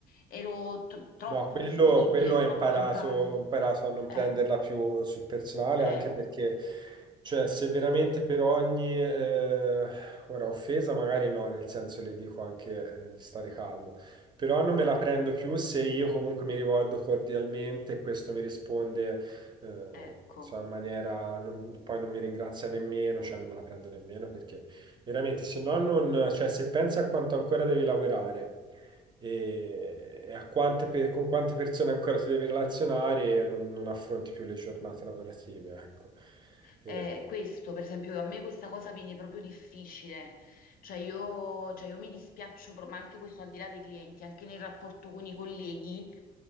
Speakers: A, on the left; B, on the right.
A: ero tr- troppo
B: No, quello,
A: disponibile,
B: quello ha
A: troppo
B: imparato,
A: empatica.
B: ho imparato a non
A: Eh,
B: prenderla più sul personale,
A: eh,
B: anche perché, cioè, se veramente per ogni, eh, ora, offesa magari no, nel senso le dico anche, eh, di stare calmo, però non me la prendo più se io comunque mi rivolgo cordialmente e questo mi risponde, eh,
A: ecco.
B: insomma, in maniera, non- poi non mi ringrazia nemmeno, cioè non me la prendo nemmeno perché veramente, se no non, cioè, se pensi a quanto ancora devi lavorare e, e a quante pe- con quante persone ancora ti devi relazionare e non, non affronti più le giornate lavorative, ecco. E
A: Eh, questo, per esempio, a me questa cosa viene proprio difficile, cioè io, cioè io mi dispiaccio, pro- ma anche questo al di là dei clienti, anche nel rapporto con i colleghi,